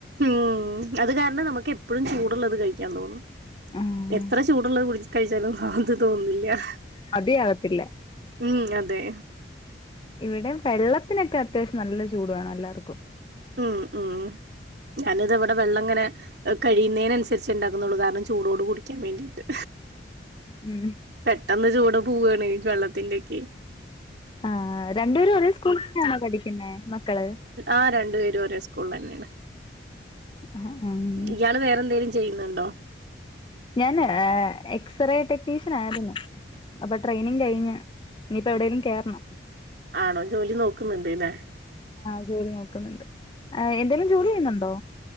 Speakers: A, on the right; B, on the left.
A: ഉം അത് കാരണം നമുക്ക് എപ്പോഴും ചൂടുള്ളത് കഴിക്കാൻ തോന്നും
B: ആഹ്
A: എത്ര ചൂടുള്ളത് കുട കഴിച്ചാലും ആത് തോന്നില്ല
B: മതിയാവത്തില്ല
A: ഉം അതെ
B: ഇവിടെ വെള്ളത്തിനൊക്കെ അത്യാവശ്യം നല്ല ചൂടുവാണം എല്ലാർക്കും
A: ഉം ഉം ഞാനിതാ ഇവിടെ വെള്ളം ഇങ്ങനെ അഹ് കഴിയുന്നെന് നനുസരിച്ച് ഉണ്ടാക്കുന്നുള്ളൂ കാരണം ചൂടോട് കുടിക്കാൻ വേണ്ടിയിട്ട്
B: മ്
A: ട്ടെന്ന് ചൂട് പോവാണേ വെള്ളത്തിന്റെക്കെ
B: ആഹ് രണ്ടുപേരും ഒരേ സ്കൂളിലന്നാണോ പഠിക്കുന്നേ മക്കള്
A: ആഹ് രണ്ടു പേരും ഒരേ സ്കൂളില ന്നെയാണ്
B: ആഹ് ആഹ്
A: ഇയാള് വേറെന്തെലും ചെയ്യുന്നുണ്ടോ
B: ഞാന് എക്സ്റേ ടെക്നീഷ്യനാ യിരുന്നു അപ്പൊ ട്രെനിങ് കഴിഞ്ഞ് ഇനിയിപ്പോ എവിടെലും കേറണം
A: ആണോ ജോലി നോക്കുന്നുണ്ട് ല്ലേ
B: ആഹ് ജോലി നോക്കുന്നുണ്ട് എന്തേലും ജോലി ചെയ്യുന്നുണ്ടോ